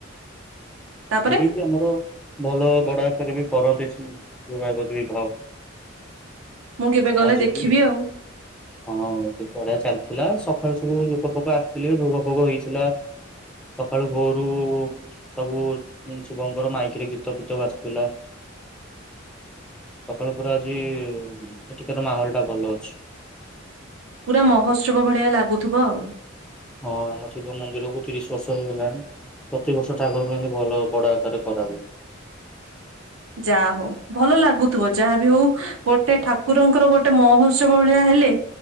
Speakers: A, on the right (about 80°); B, in the centre.
A: ତାପରେ
B: ଏଇଠି ବି ଆମର ଭଲ ବଡ ଆକାରରେ ବି କରନ୍ତି ଶିବ ପାର୍ବତୀ ବିବାହ।
A: ମୁଁ କେବେ ଗଲେ
B: ଆଜି
A: ଦେଖିବି
B: ବି
A: ଆଉ
B: ହଁ ଏଠି ବଢି଼ଆ ଚାଲିଥିଲା ସଖାଳୁ ସବୁ ଲୋକ ପୋକ ଆସିଥିଲେ ଭୋଗ ଫୋଗ ହେଇଥିଲା। ସକାଳୁ ଭୋରୁ ସବୁ ଶିବଙ୍କର ମାଇକିରେ ଗୀତ ଫିତ ବାଜୁଥିଲା। ସକାଳୁ ପୁରା ଆଜି ଏଠିକାର ମାହୋଲ ଟା ଭଲ ଅଛି।
A: ପୁରା ମହୋତ୍ସବ ଭଳିଆ ଲାଗୁଥିବ ଆଉ।
B: ହଁ ଆମ ଶିବ ମନ୍ଦିରକୁ ତିରିଶ ବର୍ଷ ହେଇଗଲାଣି ପ୍ରତିିବର୍ଷ ଠାକୁରଙ୍କ ପାଖରେ ଭଲ ବଡ଼ ଆକାରରେ କରା ହୁଏ।
A: ଯାହା ହଉ ଭଲ ଲାଗୁଥିବ ଯାହାବି ହଉ ଗୋ ଟେ ଠାକୁରଙ୍କର ଗୋଟେ ମହୋତ୍ସବ ଭଳିଆ ହେଲେ